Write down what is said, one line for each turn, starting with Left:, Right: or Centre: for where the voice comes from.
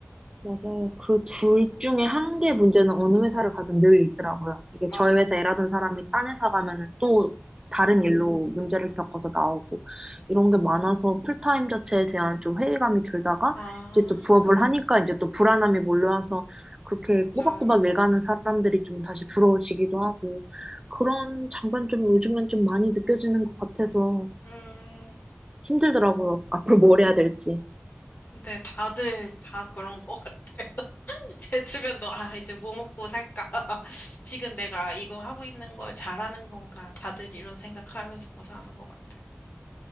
Right: 맞아요. 그 둘 중에 한 개 문제는 어느 회사를 가든 늘 있더라고요. 이게
Left: 맞아.
Right: 저희 회사 일하던 사람이 딴 회사 가면은 또 다른 일로 문제를 겪어서 나오고 이런 게 많아서 풀타임 자체에 대한 좀 회의감이 들다가
Left: 아,
Right: 이제 또 부업을 하니까 이제 또 불안함이 몰려와서 그렇게
Left: 맞아요.
Right: 꼬박꼬박 일가는 사람들이 좀 다시 부러워지기도 하고 그런 장단점이 요즘엔 좀 많이 느껴지는 것 같아서
Left: 음,
Right: 힘들더라고요. 앞으로 뭘 해야 될지.
Left: 근데 다들 다 그런 것 같아. <laughs> 제 주변도, 아, 이제 뭐 먹고 살까? <laughs> 지금 내가 이거 하고 있는 걸 잘하는 건가? 다들 이런 생각하면서 사는 것 같아.